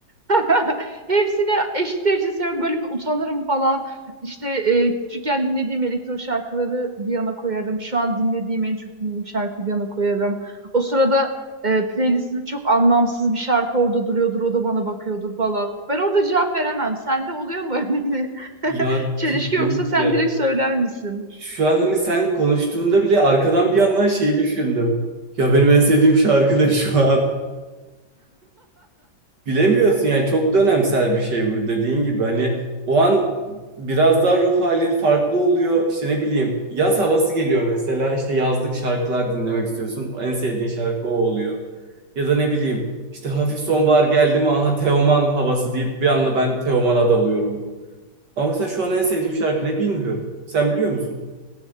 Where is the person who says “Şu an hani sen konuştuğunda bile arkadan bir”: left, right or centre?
Right